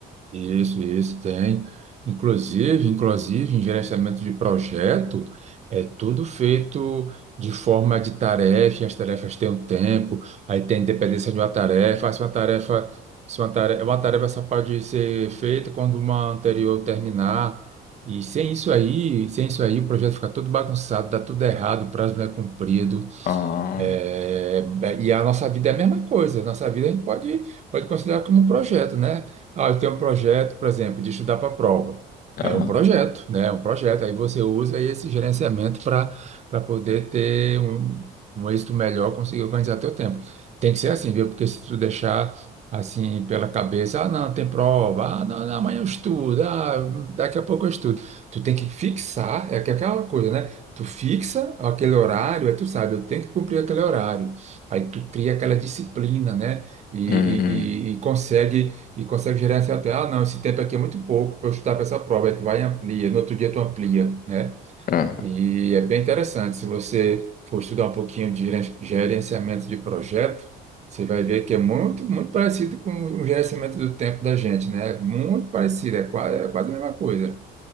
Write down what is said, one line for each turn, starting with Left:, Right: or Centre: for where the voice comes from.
Right: Isso, isso, tem. Inclusive, inclusive, em gerenciamento de projeto, é tudo feito de forma de tarefa, as tarefas têm um tempo, aí tem dependência de uma tarefa, ah, se uma tarefa, se uma tarefa, uma tarefa só pode ser feita quando uma anterior terminar, e sem isso aí, sem isso aí, o projeto fica todo bagunçado, dá tudo errado, o prazo não é cumprido,
Left: Ah,
Right: é, e a nossa vida é a mesma coisa. A nossa vida a gente pode, pode considerar como um projeto, né? Ah, eu tenho um projeto, por exemplo, de estudar para a prova.
Left: ah,
Right: Aí é um projeto, né? É um projeto. Aí você usa esse gerenciamento para para poder ter um, um êxito melhor, conseguir organizar teu tempo. Tem que ser assim, viu? Porque se tu deixar assim pela cabeça, ah, não, tem prova, ah, não, não, amanhã eu estudo, ah, daqui a pouco eu estudo. Tu tem que fixar, é que é aquela coisa, né? Tu fixa aquele horário, aí tu sabe, eu tenho que cumprir aquele horário. Aí tu cria aquela disciplina, né? E, e,
Left: hum,
Right: e, e consegue e consegue gerenciar até, ah, não, esse tempo aqui é muito pouco para eu estudar para essa prova. Aí tu vai e amplia, no outro dia tu amplia, né?
Left: ah.
Right: E é bem interessante. Se você for estudar um pouquinho de geren- gerenciamento de projeto, você vai ver que é muito, muito parecido com o gerenciamento do tempo da gente, né? Muito parecido, é quase, é quase a mesma coisa.